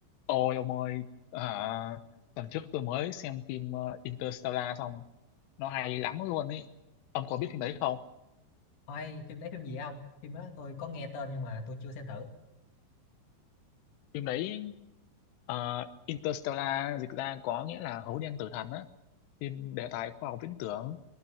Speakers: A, on the left; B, on the left.
A: Ôi ông ơi, à, tuần trước tôi mới xem phim ờ, Interstellar xong, nó hay lắm luôn ấy. Ông có biết phim đấy không?
B: Ôi, phim đấy phim gì không? Phim đó tôi có nghe tên nhưng mà tôi chưa xem thử.
A: Phim đấy ờ, Interstellar dịch ra có nghĩa là hố đen tử thần á, phim đề tài khoa học viễn tưởng